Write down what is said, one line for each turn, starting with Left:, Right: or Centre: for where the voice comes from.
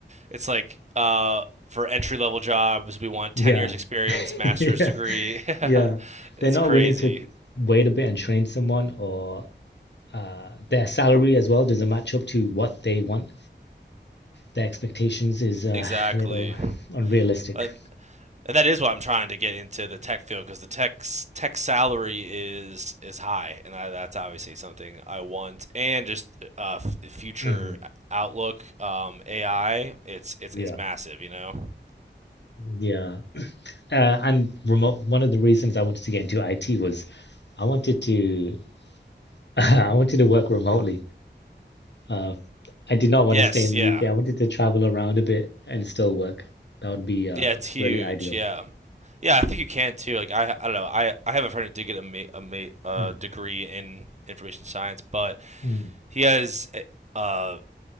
Right: it's like uh for entry level jobs we want
Left: yeah.
Right: 10 years experience
Left: <laughs>
Right: master's
Left: Yeah.
Right: degree
Left: Yeah.
Right: <laughs> it's
Left: They're not
Right: crazy
Left: willing to wait a bit and train someone, or uh, their salary as well doesn't match up to what they want. the expectations is a
Right: Exactly.
Left: little unrealistic.
Right: Uh, and that is why I'm trying to get into the tech field because the tech tech salary is is high, and that, that's obviously something I want. And just uh, f- future
Left: Mhm.
Right: outlook, um, AI, it's it's
Left: Yeah.
Right: it's massive, you know.
Left: Yeah. Uh, and remote, one of the reasons I wanted to get into IT was I wanted to <laughs> I wanted to work remotely. Uh, I did not want
Right: Yes,
Left: to stay in the
Right: yeah,
Left: UK. I wanted to travel around a bit and still work. That would be uh,
Right: yeah, it's huge,
Left: really ideal.
Right: yeah, yeah. I think you can too. Like I, I don't know. I I have a friend who did get a ma- a ma- uh,
Left: Mm,
Right: degree in information science, but
Left: mm,
Right: he has uh